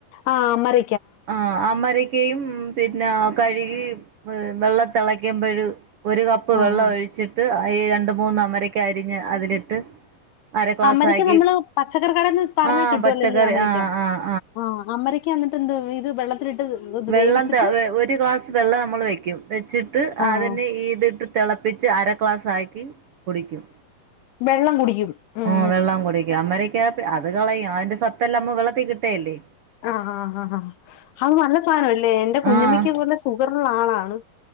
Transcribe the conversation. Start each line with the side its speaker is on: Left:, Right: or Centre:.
Left: ആഹ് മര
Right: ആഹ് അമരിക്കയും പിന്നെ കഴുകി വെള്ളം തിളക്കുമ്പഴ് ഒരു കപ്പ്
Left: ആഹ്
Right: വെള്ളം
Left: ആഹ്
Right: ഒഴിച്ചിട്ട് ഈ രണ്ട് മൂന്ന് അമരക്ക അരിഞ്ഞ് അതിലിട്ട് അര ഗ്ലാസാക്കി
Left: അമരിക്ക നമ്മള് പച്ചക്കറി കടെന്ന് പറഞ്ഞാ
Right: ആഹ്
Left: കിട്ടുവല്ലോല്ലേ
Right: പച്ചക്കറി
Left: അമരിക്ക
Right: ആഹ് ആഹ്
Left: ആഹ് അമരയ്ക്ക് എന്നിട്ട്ന്ത് ഇത് വെള്ളത്തിലിട്ട് ഒന്ന്
Right: വെള്ളം
Left: വേവിച്ചിട്ട്
Right: ഒരു ഗ്ലാസ് വെള്ളം നമ്മൾ വെക്കും വെച്ചിട്ട്
Left: ആഹ്
Right: അതിന് ഇതിട്ട് തിളപ്പിച്ച് അര ഗ്ലാസ്സാക്കി കുടിക്കും
Left: വെള്ളം കുടിക്കും മം
Right: മം വെള്ളം കുടിക്കും അമരക്ക അത് കളയും അതിന്റെ സത്തല്ലാം അമ്മ വെള്ളത്തിൽ കിട്ടേല്ലേ
Left: ആഹ് ആ ആഹാ ആഹ് അത് നല്ല സാധനംല്ലേ എൻറെ കുഞ്ഞമ്മയ്ക്ക്
Right: ആഹ്
Left: പോലെ സുഖറള്ള ആളാണ്